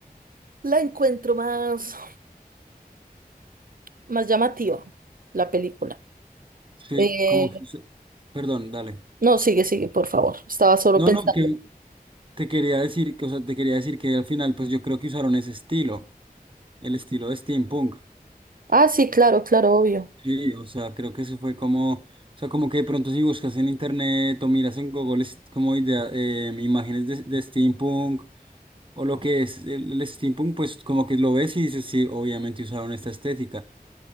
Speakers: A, on the right; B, on the right.
A: la encuentro más, más llamativa, la película.
B: Sí,
A: Eh,
B: como que eso- Perdón, dale.
A: No, sigue, sigue, por favor. Estaba solo
B: No,
A: pensando.
B: no, que te quería decir, que, o sea, te quería decir que al final, pues yo creo que usaron ese estilo, el estilo de steampunk.
A: Ah, sí, claro, claro, obvio.
B: Sí, o sea, creo que eso fue como, o sea, como que de pronto si buscas en internet o miras en Google es como idea, eh, imágenes de, de steampunk o lo que es el, el steampunk, pues como que lo ves y dices, sí, obviamente usaron esta estética,